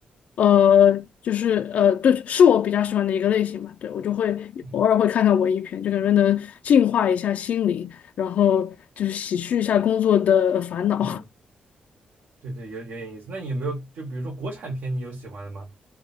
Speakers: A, on the left (about 60°); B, on the right (about 60°).
A: 呃，就是呃，对，是我比较喜欢的一个类型吧。对，我就会偶尔会看看文艺片，
B: 嗯
A: 就感觉能净化一下心灵，然后就是洗去一下工作的烦恼。
B: 嗯，
A: <laughs>
B: 对对，有有点意思。那你有没有就比如说国产片，你有喜欢的吗？